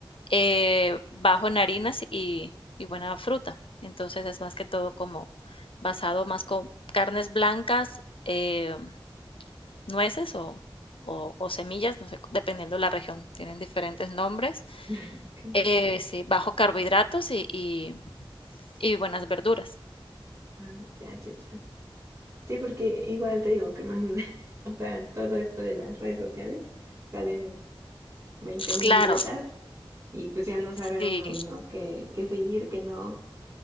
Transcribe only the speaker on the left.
eh, bajo en harinas y, y buena fruta. Entonces es más que todo como basado más con carnes blancas, eh, nueces o, o, o semillas, no sé, dependiendo de la región, tienen diferentes nombres.
Eh, sí, bajo carbohidratos y, y, y buenas verduras.
Claro,
sí,